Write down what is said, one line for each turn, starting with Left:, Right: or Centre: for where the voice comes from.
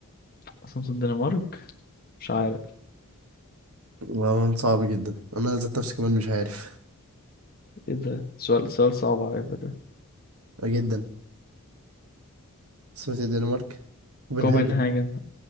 Left: اصلا الدنمارك مش عارف
Right: والله صعب جدا أنا ذات نفسي كمان مش عارف
Left: ايه ده سؤال سؤال صعب على فكره
Right: آه، جدا عاصمة الدنمارك كوبنهاجن
Left: كوبنهاجن